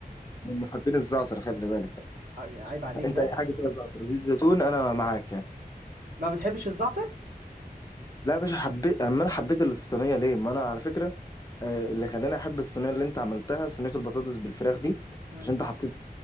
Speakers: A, on the left; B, on the right.
A: من محبين الزعتر خلي بالك
B: آه، عيب عليك
A: انت
B: بقى
A: اي حاجه فيها زعتر زيت زيتون انا معاك يعني
B: ما بتحبش الزعتر
A: لا يا باشا حبيت اما انا حبيت الصينيه ليه ما انا على فكره آه، اللي خلاني احب الصينيه اللي انت عملتها صينيه البطاطس بالفراخ دي
B: مم.
A: عشان انت حطيت